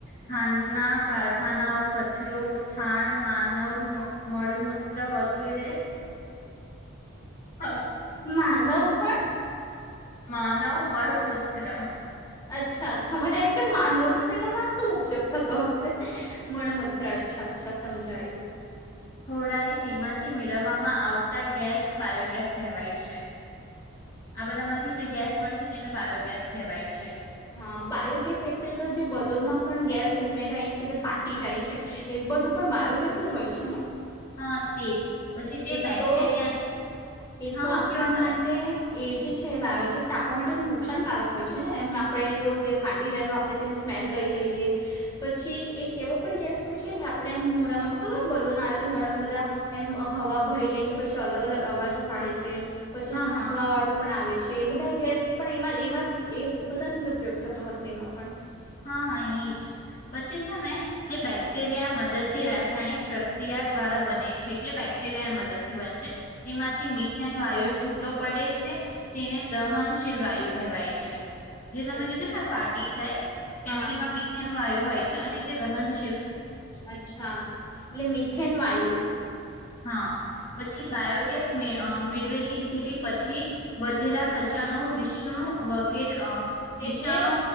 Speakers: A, on the left; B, on the left.
A: ખાંડના કારખાનાઓ કચરો <unintelligible> ણ માનવ મળમૂત્ર વગેરે હસ
B: માનવ પણ
A: માનવ મડમૂત્ર
B: અચ્છા અચ્છા મને એમ કે માનવનો તેનામાં શું ઉપયોગ થતો હશે મણ મૂત્ર અચ્છા અચ્છા સમજાયું
A: ઘોડાની તેમાંથી મેળવવામાં આવતા ગેસ બાયોગેસ કહેવાય છે આ બધા માંથી જે ગેસ મળશે તેને બાયોગેસ કહેવાય છે
B: હા બાયોગેસ એટલે તો જે બલૂનમાં પણ ગેસ ઉમેરાય છે જે ફાટી જાય છે એ એ બધું પણ બાયોગેસ જ હોય છે ને
A: હા તેજ પછી
B: એ
A: તે બેક્ટેરિયા
B: તો એ
A: હા
B: તો આપણા
A: કેવો તમે
B: માટે એ જે છે બાયોગેસ તે આપણા માટે તો નુકસાનકારક હોય છે ને એમ આપણે જો તે ફાટી જાય તો આપણે તેને સ સમેઈલ લઈ લઈએ પછી એક એવો પણ ગેસ હોય છે કે આપડે મોડામાં ખબર બલુન આવે તો મોડા બધા એમ હવા ભરી લેય છે પછી અલગ અલગ અવાજો કાઢે છે પછી
A: હા
B: હસવા
A: હા
B: વાળું પણ આવે છે એ બધાય ગેસ પણ એમાં એવા જ એ બધાનો જ ઉપયોગ થતો હશે એમાં પણ
A: હા હા એજ પછી છે ને તે બેક્ટેરિયા મદદથી રાસાયણિક પ્રક્રિયા દ્વારા બને છે એટલે બેક કટેરિયા મદદથી બને છે તેમાંથી મીથેન વાયુ છૂટો પડે છે તેને દહન શીલ વાયુ કહેવાય છે જે તમે
B: અચ્છા
A: કીધુ તુ ફાટી જાય કેમ
B: હા.
A: કે એમાં મિથેન વાયુ હોય છે અને તે દહન
B: અચ્છા એટલે મિથેન વાયુ
A: હા પછી બાયોગેસ મે અ મેળવેલી ધલી પછી વધેલા કચ ત્યાનો વિષ્ણુ વગેરે
B: એટલે
A: વિષાણુ